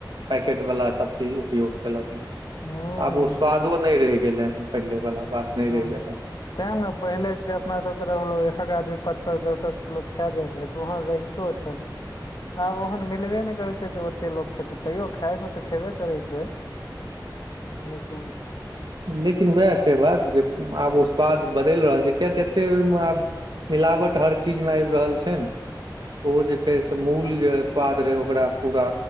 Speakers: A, on the right (about 70°); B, on the left (about 65°).
A: पैकेट वाला सब चीज उपयोग केलक
B: हूँ
A: आब ओ स्वादो नय रहि गेलै हन पहिले बाला बात नहि रहि
B: हँ
A: गेलै हन।
B: तैँ ने पहिले जे अपनासभ तरफ लोक एकहक आदमी पाँच पाँच दस दस किलो खाए जाइत रहै तऽ ओहन रहिै तो छले आब ओहन मिलबे नय करैय छैय जे ओतेक लोक खेतै तैयो खाायमे तऽ खयबे करै छैय लेकिन
A: लेकिन वएह छैय बात जे आब ओ स्वाद बदैल रहल छै किय तऽ एते ओहिमे आब मिलावट हर चीज मे आइब रहल छैन ओ जे छैय से मूल जे स्वाद रहै ओकरा पूरा